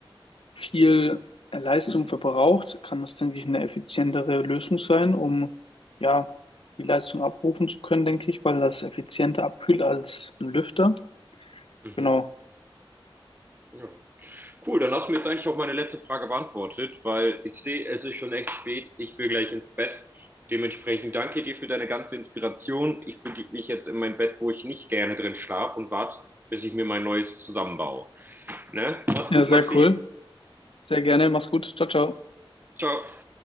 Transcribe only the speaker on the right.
Mhm.
Ja. Cool, dann hast du mir jetzt eigentlich auch meine letzte Frage beantwortet, weil ich sehe, es ist schon echt spät. Ich will gleich ins Bett. Dementsprechend danke dir für deine ganze Inspiration. Ich begebe mich jetzt in mein Bett, wo ich nicht gerne drin schlafe und warte, bis ich mir mein neues zusammenbaue. Ne? Mach's
gut,
Maxi.
Ciao.